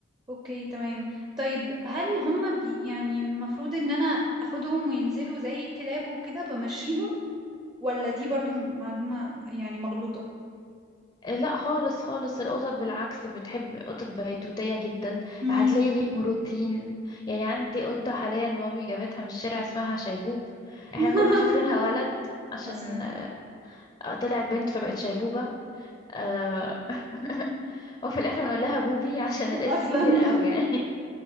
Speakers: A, on the right (about 20°); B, on the left (about 25°).
A: اوكي تمام طيب هل هما بي يعني المفروض ان انا اخدهم وينزلوا زي الكلاب وكده بمشيهم ولا دي برضو معلومة يعني مغلوطة
B: لا خالص خالص القطط بالعكس بتحب قطط بيتوتية جدا
A: امم
B: هتلاقي ليهم روتين يعني عندي قطة حاليا مامي جابتها من الشارع اسمها شيبوب
A: <laughs>
B: احنا كنا فاكرينها ولد عشان
A: اصلا
B: آه، طلعت بنت فبقت شيبوبة آه، <laughs> وفي الاخر بنقول لها بوبي عشان الاسم
A: اصلا
B: كبير قوي يعني